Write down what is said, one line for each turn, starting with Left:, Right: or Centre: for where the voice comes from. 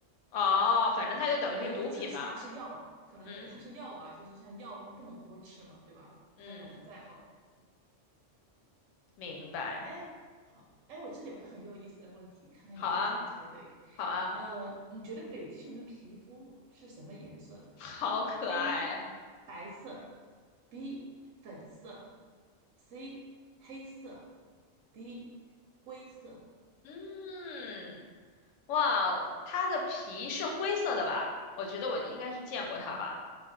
Left: 哦，反正它就等于是毒品嘛。
Right: 可能因为指的是它是药，可能因为它是药吧，
Left: 嗯
Right: 就是像药不能多吃嘛，对吧？
Left: 嗯，
Right: 它哪怕再好，
Left: 明白。
Right: 哎，好，哎，我这里有个很有意思的问题，看看你会不会猜对。
Left: 好啊，好啊，
Right: 呃，你觉得北极熊的皮肤是什么颜色的
Left: 好可爱啊！
Right: ？A. 白色，B. 粉色，C. 黑色，D. 灰色。
Left: 嗯，哇哦，它的皮是灰色的吧？我觉得我应该是见过它吧，